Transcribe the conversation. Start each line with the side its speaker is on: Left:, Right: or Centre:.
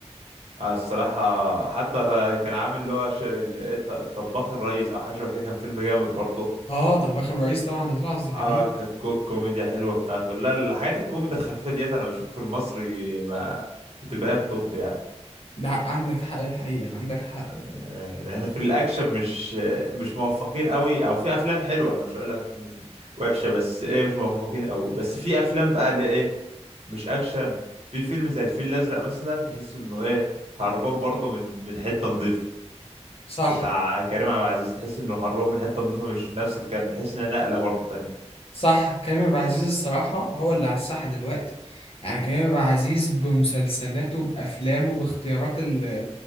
Right: آه الصراحة حتى كان عامل اللي هو ش... ال- إيه، ط- طباخ الريس أو حاجة شبه كده كان فيلم جامد برضه
Left: اه طب اخر رئيس طبعا لطلعت زكريا
Right: اه ك- كو- الكوميديا حلوة بتاعته لا الحاجات الكوميديا الخفيفة ديت أنا بشوف في المصري ما بتبقى هي الطب يعني
Left: ده عندك حق الحقيقه عندك حق
Right: آه، احنا في الاكشن مش آه، مش موفقين قوي او في افلام حلوه انا مش هقول لك أفلام حلوة- وحشه بس ايه مش موفقين قوي بس في افلام بقى اللي ايه مش اكشن في فيلم زي الفيل الازرق مثلا تحس انه ايه هربان برضه من من حته نظيفه
Left: صح
Right: بتاع كريم عبد العزيز تحس انه هربان من حته نظيفه مش نفس كان تحس انها نقله برضه تانية
Left: صح كريم عبد العزيز الصراحة هو اللي على الساحة دلوقتي يعني كريم عبد العزيز بمسلسلاته بأفلامه باختيارات ال-